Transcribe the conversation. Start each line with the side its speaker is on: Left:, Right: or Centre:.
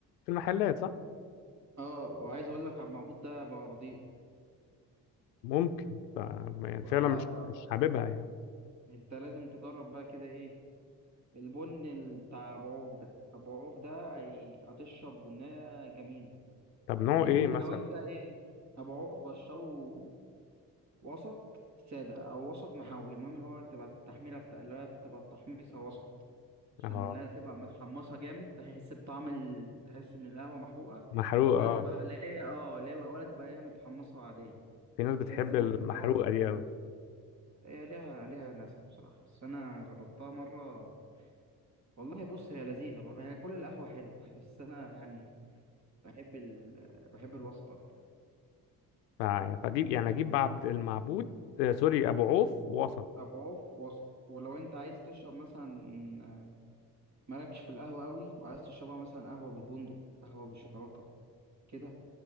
Left: في المحلات صح
Right: اه وعايز اقول لك عبد المعبود ده بقى رديء
Left: ممكن ف يعني
Right: بقى
Left: فعلا
Right: لا
Left: مش
Right: بقى
Left: مش
Right: رديء
Left: حاببها يعني
Right: انت لازم تجرب بقى كده ايه البن ال- بتاع ابو عوف ده ابو عوف ده هي- هتشرب بنية جميلة
Left: طب نوع
Right: ممكن
Left: ايه ممكن
Right: لو
Left: مثلا
Right: انت ايه ابو عوف بشره وسط سادة او وسط محاوي المهم اللي هو تبقى التحميرة بتاع اللي هي بتبقى التحميصة وسط عشان
Left: اه
Right: لا تبقى متحمصة جامد تحس بطعم ال... تحس ان القهوة محروقة
Left: محروقه
Right: ولا
Left: اه
Right: تبقى اللي هي اه اللي هي- ولا تبقى هي متحمصة عادية
Left: في ناس
Right: فتحس
Left: بتحب
Right: ان
Left: المحروقه
Right: القهوة
Left: دي قوي
Right: هي ليها ليها ناسها بصراحة بس أنا جربتها مرة والله بص هي لذيذة برضه هي كل القهوة حلوة <laughs> بس أنا يعني بحب ال... بحب الوسط أكتر
Left: ف- يعني، فاجيب يعني اجيب عبد المعبود آه، سوري ابو عوف وسط
Right: أبقى عوف وسط ولو أنت عايز تشرب مثلا آه، مالكش في القهوة أوي وعايز تشربها مثلا قهوة بالبندق قهوة بالشوكولاتة كده